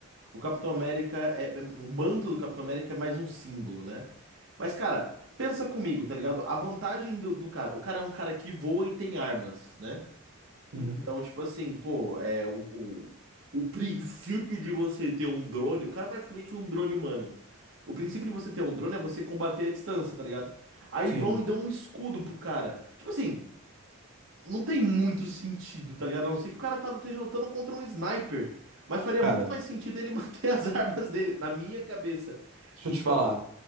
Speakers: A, on the right; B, on the right.
A: o Capitão América é, é- O manto do Capitão América é mais um símbolo, né? Mas, cara. Pensa comigo, tá ligado? A vantagem do, do cara. O cara é um cara que voa e tem armas, né? Então,
B: Uhum.
A: tipo assim, pô, é o, o, o princípio de você ter um drone. O cara é praticamente um drone humano. O princípio de você ter um drone é você combater à distância, tá ligado? Aí
B: Sim.
A: vão e dão um escudo pro cara. Tipo assim, não tem muito sentido, tá ligado? A não ser que o cara tá, esteja lutando contra um sniper. Mas faria
B: Cara,
A: muito mais sentido ele manter as <laughs> armas dele, na minha cabeça.
B: deixa
A: Então.
B: eu te falar.